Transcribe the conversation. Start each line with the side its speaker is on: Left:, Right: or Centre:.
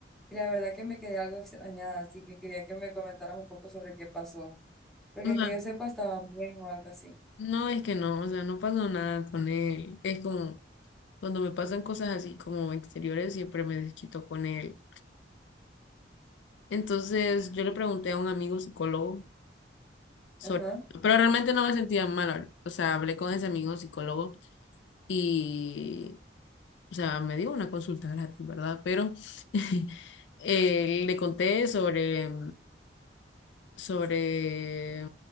Centre: Y la verdad que me quedé algo extrañada, así que quería que me comentaras un poco sobre qué pasó, porque
Left: O sea,
Centre: que yo sepa estaban bien o algo así.
Left: no es que no, o sea, no pasó nada con él. Es como cuando me pasan cosas así como exteriores, siempre me desquito con él. Entonces yo le pregunté a un amigo psicólogo sobre,
Centre: Ajá.
Left: pero realmente no me sentía mal. O sea, hablé con ese amigo psicólogo y, o sea, me dio una consulta gratis, ¿verdad? Pero <laughs> eh, le conté sobre, sobre,